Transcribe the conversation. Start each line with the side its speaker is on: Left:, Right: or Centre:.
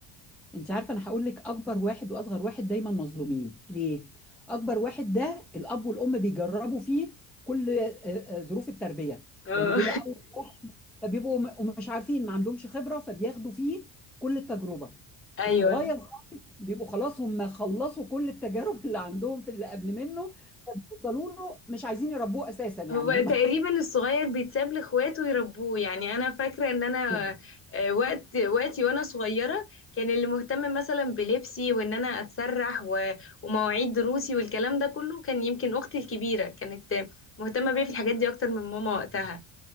Centre: انت عارفه انا هقول لك اكبر واحد واصغر واحد دايما مظلومين ليه اكبر واحد ده الاب والام بيجربوا فيه كل آه، آه، ظروف التربيه
Left: اه
Centre: لانه بيبقى أول فبيبقوا م- مش عارفين ما عندهمش خبره فبياخدوا فيه كل التجربه
Left: <laughs> ايوه
Centre: الصغير بيبقوا خلاص هم خلصوا كل التجارب <laughs> اللي عندهم في اللي قبل منه فبيوصلوا له مش عايزين يربوه اساسا يعني
Left: هو
Centre: هم
Left: تقريبا الصغير بيتساب لاخواته يربوه يعني انا فاكره ان انا
Centre: <laughs>
Left: آه، وقت وقتي وانا صغيره كان اللي مهتم مثلا بلبسي وان انا اتسرح و- ومواعيد دروسي والكلام ده كله كان يمكن اختي الكبيره كانت مهتمه بيا في الحاجات دي اكتر من ماما وقتها